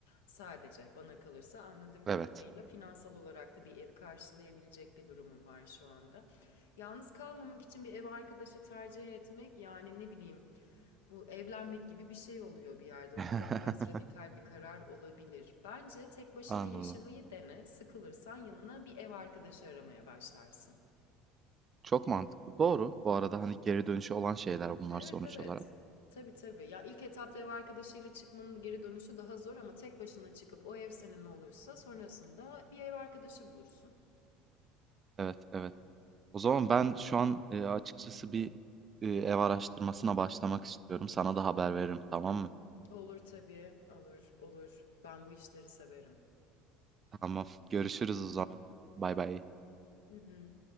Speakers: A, on the left (about 80°); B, on the right (about 35°).
A: Sadece bana kalırsa anladığım kadarıyla
B: Evet.
A: finansal olarak da bir evi karşılayabilecek bir durumun var şu anda. Yalnız kalmamak için bir ev arkadaşı tercih etmek yani ne bileyim bu evlenmek gibi bir şey oluyor bir yerde. O
B: <laughs>
A: yüzden biraz radikal bir karar olabilir. Bence tek başına
B: Anladım.
A: yaşamayı dene. Sıkılırsan yanına bir ev arkadaşı aramaya başlarsın.
B: Çok mantıklı. Doğru. Bu arada hani geri dönüşü olan şeyler bunlar
A: Evet
B: sonuç
A: evet.
B: olarak.
A: Tabii tabii. Ya ilk etapta ev arkadaşıyla çıkmanın geri dönüşü daha zor ama tek başına çıkıp o ev senin olursa sonrasında bir ev arkadaşı bulursun.
B: Evet, evet. O zaman ben şu an e, açıkçası bir e, ev araştırmasına başlamak istiyorum. Sana da haber veririm, tamam mı?
A: Olur tabii. Olur, olur. Ben bu işleri severim.
B: <laughs> Tamam. Görüşürüz o zaman. Bay bay.
A: Hı hı.